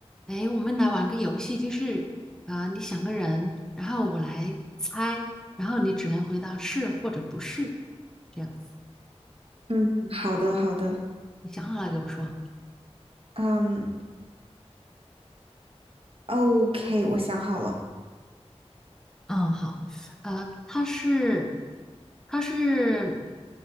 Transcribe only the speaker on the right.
嗯，好的，好的，
嗯，OK，我想好了，